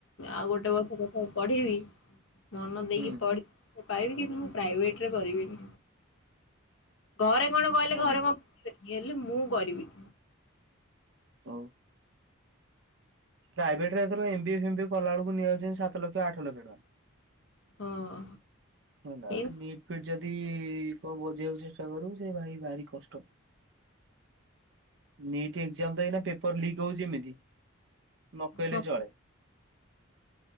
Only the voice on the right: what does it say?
ହୁଁ
ହଁ
ପା
ହଉ। ପ୍ରାଇଭେଟରେ ଏଥର ଏମ୍ବିଏ ଫେମ୍ବିଏ କଲାବେଳକୁ ନେଇଯାଉଛନ୍ତି ସାତ ଲକ୍ଷ ଆଠ ଲକ୍ଷ ଟଙ୍କା।
ନା
ନିଟ୍ ଯଦି କଣ ବଜେଇକୁ ଚେଷ୍ଟା କରୁ ସେ ଭାଇ ଭାରି କଷ୍ଟ। ନିଟ୍ ଏଯାମ ତ ଏଇନାକ ପେପର ଲିକ ହଉଛି ଏମତି ନକହିଲେ
ଚଳେ।